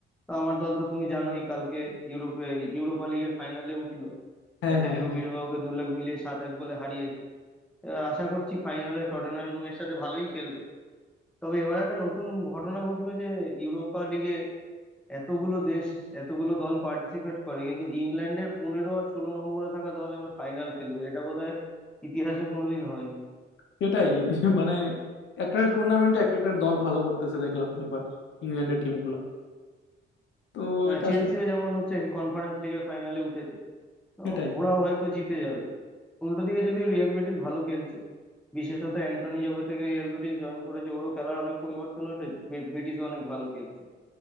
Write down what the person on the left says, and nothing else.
হ্যাঁ
হ্যাঁ হ্যাঁ
সেটাই <laughs> মানে একটা টুর্নামেন্টে একটা একটা দল ভালো করতেছে দেখলাম এবার ইংল্যান্ডের টিমগুলো তো
এটা
আসলে
সেটাই